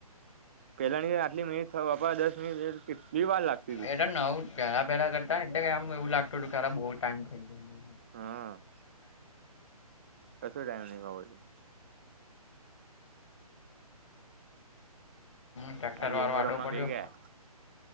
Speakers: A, on the right (about 20°); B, on the left (about 55°).
A: પહેલા ની તો આટલી મિનિટ થવા બાપા, દસ મિનટ <unintelligible> કેટલી વાર લાગ
B: એ તો નવું જ, પહેલા-પહેલા કરતા એટલે કે આમ એવું લાગતું તું કે અરે બહું ટાઈમ થઈ ગયું.
A: હા. કશું ટાઈમ નહીં <unintelligible>
B: ટ્રેક્ટર
A: આ ગેમો
B: વાળો આડો
A: રમવા
B: પડ્યો
A: બેહી ગયા.